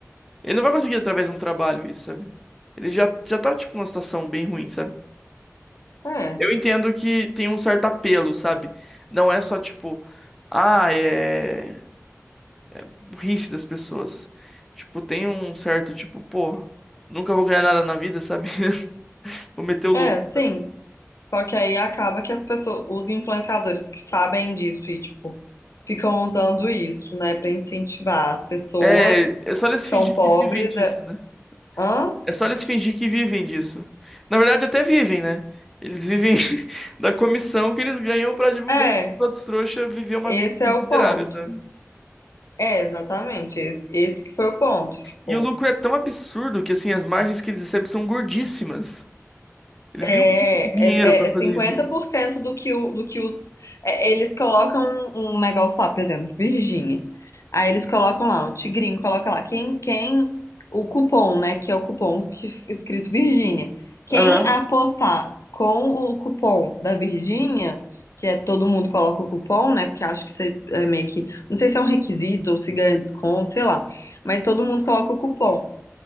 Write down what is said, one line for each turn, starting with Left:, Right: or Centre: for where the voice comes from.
Centre: Ele não vai conseguir através de um trabalho isso, sabe? Ele já, já tá, tipo, numa situação bem ruim, sabe?
Left: é,
Centre: Eu entendo que tem um certo apelo, sabe? Não é só, tipo, ah, é burrice das pessoas. Tipo, tem um certo, tipo, pô, nunca vou ganhar nada na vida, sabe? <laughs> Vou meter o
Left: é,
Centre: louco.
Left: sim. Só que aí acaba que as pessoas, os influenciadores que sabem disso e, tipo, ficam usando isso, né, pra incentivar as pessoas
Centre: É, é só eles
Left: que
Centre: fingir
Left: são pobres.
Centre: que vivem disso,
Left: É,
Centre: né?
Left: hã?
Centre: É só eles fingir que vivem disso. Na verdade, até vivem, né? Eles vivem <laughs> da comissão que eles ganham pra divulgar
Left: É,
Centre: que os outros trouxas viver uma
Left: esse
Centre: vida
Left: é
Centre: mais
Left: o
Centre: miserável,
Left: ponto.
Centre: sabe?
Left: É, exatamente. Esse, esse que foi o ponto, tipo.
Centre: E o lucro é tão absurdo que, assim, as margens que eles recebem são gordíssimas. Eles
Left: É,
Centre: ganham muito dinheiro
Left: é,
Centre: pra
Left: é é
Centre: fazer
Left: 50%
Centre: isso.
Left: do que, o, do que os. é, eles colocam um um negócio lá, por exemplo, Virgínia. Aí eles colocam lá, o Tigrinho coloca lá. Quem, quem. O cupom, né? Que é o cupom que, f- escrito Virgínia. Quem
Centre: Aham.
Left: apostar com o cupom da Virgínia, que é todo mundo coloca o cupom, né? Porque acho que você é meio que. Não sei se é um requisito ou se ganha desconto, sei lá. Mas todo mundo coloca o cupom.